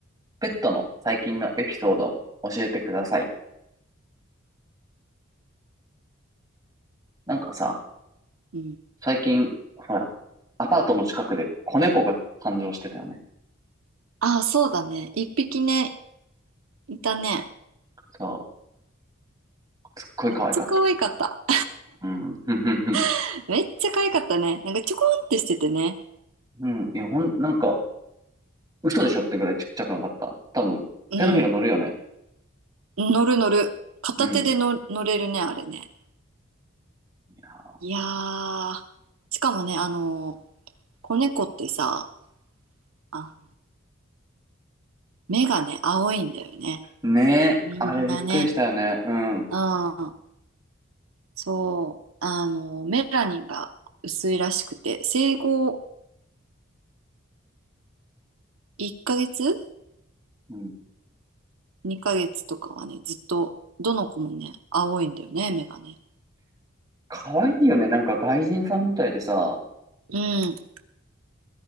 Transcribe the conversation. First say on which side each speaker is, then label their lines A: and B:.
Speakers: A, on the right; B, on the right.
A: ペットの最近のエピソードを教えてください。なんかさ、
B: うん。
A: 最近、ほら、アパートの近くで子猫が誕生してたよね。
B: ああ、そうだね。一匹ね、いたね。
A: そう、すっごい可愛かった。
B: めっちゃ可愛かった。
A: うん、ふんふんふん。
B: <laughs> めっちゃ可愛かったね。なんかちょこんってしててね。
A: うん、いや、ほん、なんか、嘘でしょってぐらいちっちゃくなかった。多分、
B: うん。
A: 手のひら乗るよね。
B: 乗る乗る。片手での乗れるね、
A: うん。い
B: あれね。
A: や
B: いやー。しかもね、あのー子猫ってさ、あ、目がね、青いんだよね。
A: ーねえ、
B: みんなね。
A: あれびっくりしたよね。うん。
B: うん。そう、あの、メラニンが薄いらしくて、生後1ヶ月
A: うん。
B: ?2 ヶ月とかはね、ずっと、どの子もね、青いんだよね、目がね。
A: 可愛いよね。なんか外人さんみたいでさ、
B: うん。じ